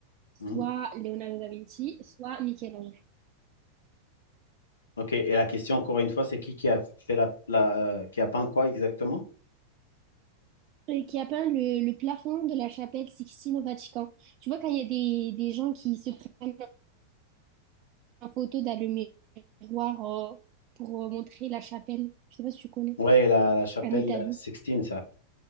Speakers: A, on the right (about 40°); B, on the left (about 70°).
A: soit
B: Mhm.
A: Leonardo da Vinci, soit Michel-Ange,
B: Ok, et la question, encore une fois, c'est qui qui a fait la, la- euh, qui a peint quoi exactement?
A: euh, qui a peint le, le plafond de la chapelle Sixtine au Vatican. Tu vois, quand il y a des, des gens qui se prennent en photo dans le miroir euh, pour euh, montrer la chapelle, je sais pas si tu connais,
B: Ouais, la, la chapelle
A: en Italie.
B: Sixtine, ça.